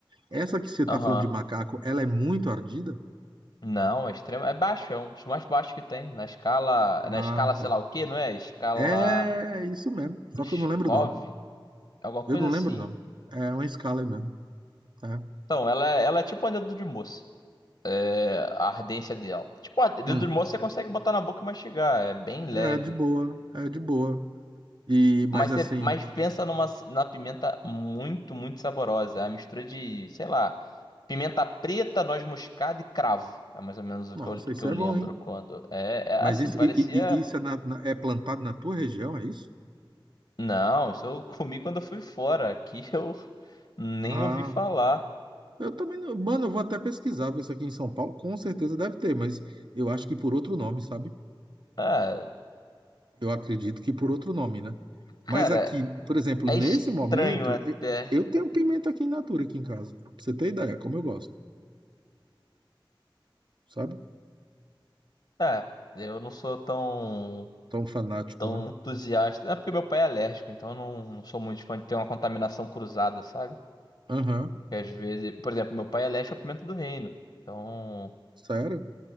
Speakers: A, on the right; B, on the left.
A: Essa que você tá
B: Aham.
A: falando de macaco, ela é muito ardida?
B: Não, é extremo. É baixo, é um dos mais baixos que tem. Na escala.
A: Ah,
B: Na escala,
A: tá.
B: sei lá o que, não é? Escala.
A: É isso mesmo, só
B: Scov?
A: que eu não lembro o nome.
B: Alguma coisa
A: Eu não
B: assim.
A: lembro o nome. É uma escala aí mesmo. É,
B: Então, ela, é- ela é tipo um dedo de moça. É, A ardência dela. Tipo, a dedo
A: Hum.
B: de moça você consegue botar na boca e mastigar. É bem leve.
A: É de boa, é de boa. E, mas
B: Mas,
A: assim,
B: você, mas pensa numa, na pimenta muito, muito saborosa. É a mistura de, sei lá, pimenta preta, noz moscada e cravo. É mais ou menos o
A: nossa,
B: que eu, que
A: isso
B: eu
A: é
B: lembro
A: bom, hein?
B: quando. É, é
A: Mas
B: assim,
A: isso,
B: parecia.
A: e- e- e- isso é, na- na- é plantado na tua região, é isso?
B: Não, isso eu <laughs> comi quando eu fui fora. Aqui eu nem
A: Ah,
B: ouvi falar.
A: eu também não. Mano, eu vou até pesquisar, ver isso aqui em São Paulo, com certeza deve ter, mas eu acho que por outro nome, sabe?
B: Ah,
A: Eu acredito que por outro nome, né?
B: cara,
A: Mas aqui, por exemplo,
B: é
A: nesse
B: estranho
A: momento,
B: até.
A: e- eu tenho pimenta aqui em natura, aqui em casa. Pra você ter ideia, como eu gosto, sabe?
B: Ah, eu não sou tão,
A: Tão fanático,
B: tão
A: né?
B: entusiasta. É porque meu pai é alérgico, então eu não, não sou muito fã de ter uma contaminação cruzada, sabe?
A: Aham,
B: Que às vezes, por exemplo, meu pai é alérgico à pimenta do reino. Então,
A: sério?